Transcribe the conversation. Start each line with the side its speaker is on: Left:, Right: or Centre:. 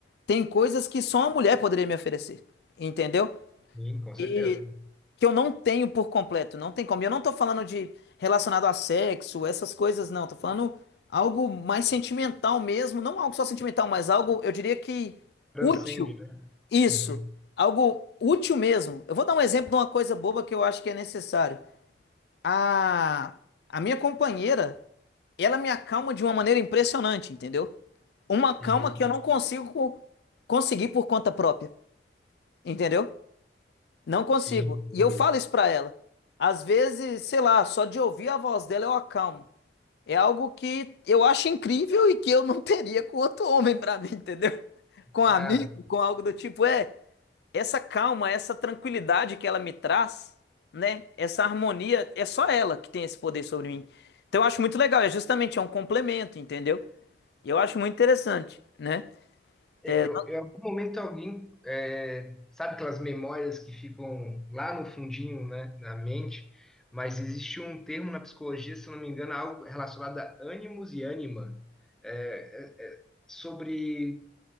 Left: Tem coisas que só uma mulher poderia me oferecer, entendeu?
Centre: Sim, com certeza.
Left: E que eu não tenho por completo, não tem como. E Eu não tô falando de relacionado a sexo, essas coisas não, tô falando algo mais sentimental mesmo, não algo só sentimental, mas algo, eu diria que
Centre: Transcende,
Left: útil.
Centre: né?
Left: Isso,
Centre: Uhum,
Left: algo útil mesmo. Eu vou dar um exemplo de uma coisa boba que eu acho que é necessário. A a minha companheira, ela me acalma de uma maneira impressionante, entendeu? Uma calma
Centre: uhum.
Left: que eu não consigo conseguir por conta própria, entendeu? Não consigo.
Centre: Sim, entendi.
Left: E eu falo isso pra ela. Às vezes, sei lá, só de ouvir a voz dela eu acalmo. É algo que eu acho incrível e que eu não <laughs> teria com outro homem pra mim, entendeu? Com um amigo,
Centre: Ah,
Left: com algo do tipo, é, essa calma, essa tranquilidade que ela me traz, né? Essa harmonia, é só ela que tem esse poder sobre mim. Então eu acho muito legal, é justamente é um complemento, entendeu? E eu acho muito interessante, né?
Centre: eu,
Left: É,
Centre: eu- em algum momento alguém, é, sabe aquelas memórias que ficam lá no fundinho, né, da mente, mas existe um termo na psicologia, se eu não me engano, algo relacionado a ânimos e ânima, é, é, é, sobre